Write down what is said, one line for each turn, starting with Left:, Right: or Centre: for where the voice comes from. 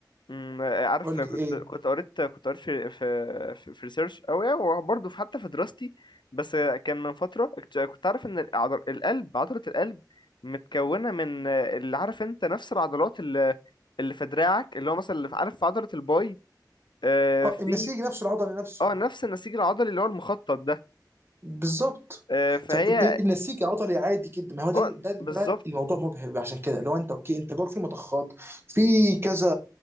Left: أمم، عارف
Right: قول
Left: كنت
Right: لي ايه
Left: كنت قريت كنت قريت في في في, في ريسيرش او يعني وبرضه في حتى في دراستي بس كان من فتره اكت- كنت عارف ان العضل القلب عضله القلب متكونه من آه، اللي عارف انت نفس العضلات اللي اللي في دراعك اللي هو مثلا اللي في- عارف في عضله الباي آه،
Right: اه
Left: في
Right: النسيج نفسه العضلي نفسه
Left: اه نفس النسيج العضلي اللي هو المخطط ده
Right: بالظبط
Left: آه، فهي
Right: فالنسيج عضلي عادي جدا ما هو ده
Left: اه
Right: ده ده
Left: بالظبط
Right: الموضوع مبهر عشان كده لو انت اوكي انت جواك في مضخات في كذا